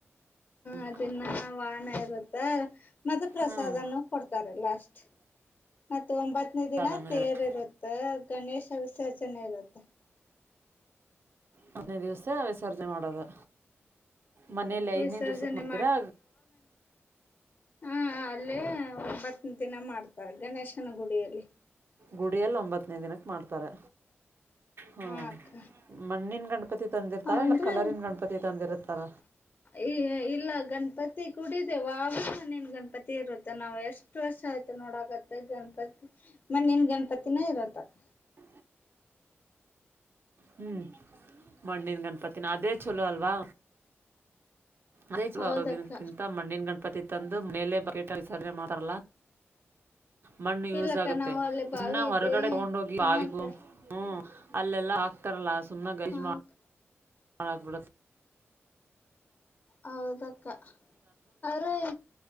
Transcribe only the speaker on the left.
ಅದನ್ನ ವಹಾಣ ಇರುತ್ತ ಮತ್ತೆ ಪ್ರಸಾದನ
ಕೊಡ್ತಾರೆ ಲಾಸ್ಟ್ ಮತ್ತ ಒಂಬತ್ತನೇ
ದಿನ ತೇರ್
ಇರುತ್ತ ಗಣೇಶ ವಿಸರ್ಜನೆ ಇರುತ್ತೆ
ವಿಸರ್ಜನೆ
ಹಾ ಅಲ್ಲೇ ಒಂಬತ್ ದಿನ ಮಾಡ್ತಾರ ಗಣೇಶನ ಗುಡಿಯಲ್ಲಿ
ಹ ಅಕ್ಕ
ಅಂದ್ರೆ
ಈ ಇಲ್ಲ ಗಣಪತಿ ಕುಡಿದ ವಾಗ ಮನನ್ ಗಣಪತಿ ಇರುತ್ತೆ ನಾವು ಎಷ್ಟು ವರ್ಷ ಆಯ್ತು ನೋಡಕತ್ತೆ ಗಣಪತಿ ಮ ನೀನ್ ಗಣಪತಿನ ಇರೋತ್ತಕ್ಕ
ಹೌದಕ್ಕ
ಇಲ್ಲಕ್ಕ
ನಾವು ಅಲ್ಲಿ ಬಾವಿ
ಐತಿ
ಹಾ
ಅಕ್ಕ
ಹಾ
ಅಕ್ಕ
ಹೌದಕ್ಕ ಆದ್ರೆ